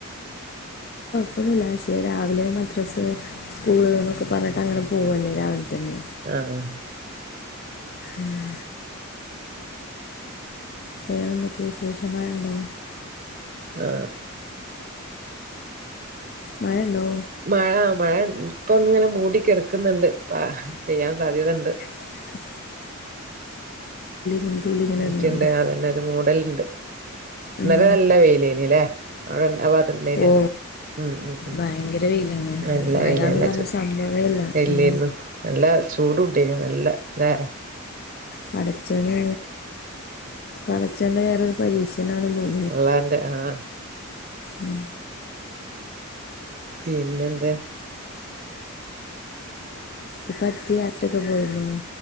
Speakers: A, on the left; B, on the right.
A: ഒന്നുമല്ല പക്ഷേ രാവിലെ മദ്രസ്സ് സ്കൂൾ എന്നൊക്കെ പറഞ്ഞിട്ട് അങ്ങനെ പോവല്ലേ രാവിലെ തന്നെ
B: ആഹ
A: ഉം വേതെന്തൊക്കെയ വി ശേഷമാരുണ്ടോ
B: ആഹ
A: മഴല്ലോ
B: മഴ മഴ ഇപ്പ ഒന്ന ഇങ്ങനെ മൂടിിക്കിടക്കുന്നുണ്ട് ഇ പെയ്യാൻ സാധ്യതണ്ട്
A: അ രണ്ട് തുള്ളി ഇങ്ങനെ
B: മറ്റണ്ട്
A: ഇടുന്നുണ്ട്
B: അതന്നെ ഒരു മോഡല ഉണ്ട് അന്നരെ
A: ഉം
B: നല്ല വെയില ഇനല്ലേ അവിടെ ഇണ്ടാ പാത്തണ്ടന
A: ഓ
B: ഉം ഉം ഉ
A: ഭയങ്കര വെയിലാണ്
B: നല്ല
A: മഴന്ന്
B: വല നല്ല
A: പറഞ്ഞ
B: ച
A: സംഭവേ ഇല്ല
B: വലരുന്നു
A: ഉം
B: നല്ല ചൂടു ഉണ്ടായിു നല്ല ത
A: പടച്ചോന് പടച്ചോന്റെ വേറൊരു പരീക്ഷ എന്നാാണ് തോന്നുന്നത്
B: ഉള്ളാന്റെ ആഹ
A: ഉം
B: പിന്നെന്താ
A: ഇപ്പ അടുത്ത് യാത്രയൊക്കെ പോയിരുന്നു